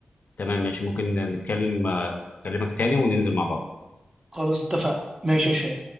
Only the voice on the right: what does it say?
خلاص اتفقنا ماشي يا شباب